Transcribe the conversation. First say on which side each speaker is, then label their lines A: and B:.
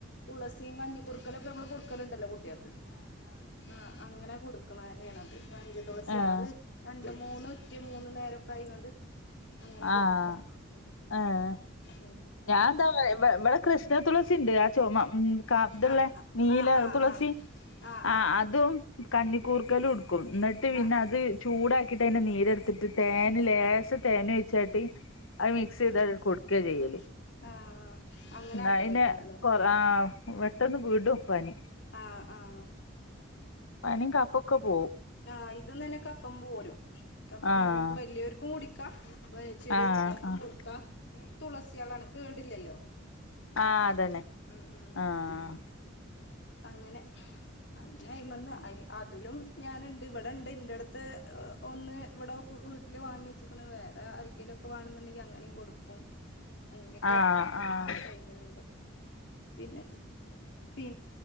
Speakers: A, on the left (about 55°); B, on the left (about 75°).
A: തുളസിം കഞ്ഞി കുർക്കലൊക്കെ നമ്മള് കൊട്ക്കല്ണ്ടല്ലോ കുട്ട്യാക്ക് ആഹ് അങ്ങനെ കൊട്ക്ക്ണെന്നേ ആണത് പഞ്ചതുളസി
B: ഏഹ്
A: ആണ് അത് മൂന്ന് ഉറ്റി മൂന്ന് നേരൊക്കെ അയ്ങ്ങാണ്ട് അങ്ങനെ കൊട്ക്ക
B: ആഹ്
A: ഉം
B: ഏഹ്
A: ഉം
B: ഞാൻ ഇതാ ഇവടെ കൃഷ്ണ തൊളസിണ്ട് ആഹ് ചൊമ ഉം ക ഇത്ള്ള
A: ആ ആ
B: നീല
A: ആ ആ
B: തുളസി
A: ആ ആ
B: ആഹ് അതും കഞ്ഞിക്കൂർക്കലും ഇട്ക്കും ഇന്നിട്ട് പിന്നെ
A: ആ
B: അത് ചൂടാക്കിട്ട് ഐൻ്റെ നീരെട്ത്തിട്ട് തേന് ലേസ തേനൊഴിച്ചാട്ട് അത് മിക്സെയ്താട്ട് കൊട്ക്ക ചെയ്യല്
A: ആഹ് ആഹ് ആഹ്
B: എന്നാ
A: അങ്ങനെ
B: പിന്നെ
A: കാട്ടെലേക്കാരംലെ
B: കൊറ ആഹ് പെട്ടന്ന് വിടും പനി
A: ആഹ് ആഹ്
B: പനിം കഫൊക്കെ പോവും
A: ആഹ് ഇത് തന്നെ കഫം പോരും അപ്പ
B: ആഹ്
A: നമ്മക്ക് വല്യോര്ക്കും കുടിക്കാ ചെറിയ
B: ആഹ്
A: കുട്ട്യാക്കും
B: ആഹ്
A: കൊട്ക്ക തുളസ്യാളാണ് കേടില്ലല്ലോ അതാണ്
B: ആഹ് അതന്നെ
A: ഉം ഉം ഉം
B: ആഹ്
A: അങ്ങനെ അങ്ങനെ അയ്മെന്ന് അതിലും ഞാന്ണ്ട് ഇവിടെണ്ട് ഇന്റെട്ത്ത് ഒന്ന് ഇവടെ വീട്ട്ല് വാങ്ങി വെച്ചിക്ക്ണ് വേറെ ആരിക്കേലൊക്കെ വേണെന്ന്ണ്ടെങ്കി അങ്ങനിം കൊട്ക്കും അങ്ങനൊക്കെ
B: ആഹ് ആഹ്
A: കൈഞ്ഞാണ്ട് പിന്നെത് പി